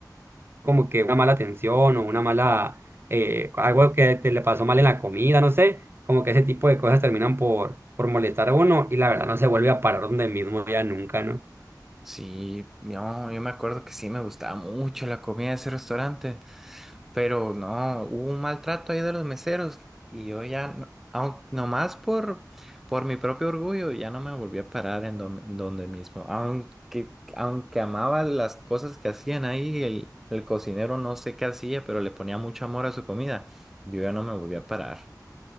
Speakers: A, on the right; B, in the centre.
A: como que una mala atención o una mala, eh, algo que te le pasó mal en la comida, no sé, como que ese tipo de cosas terminan por, por molestar a uno y la verdad no se vuelve a parar donde mismo ya nunca, ¿no?
B: Sí, no, yo me acuerdo que sí me gustaba mucho la comida de ese restaurante. Pero no, hubo un maltrato ahí de los meseros y yo ya, no, aun- nomás por, por mi propio orgullo, ya no me volví a parar en don- donde mismo. Aunque, aunque amaba las cosas que hacían ahí, el, el cocinero no sé qué hacía, pero le ponía mucho amor a su comida, yo ya no me volví a parar.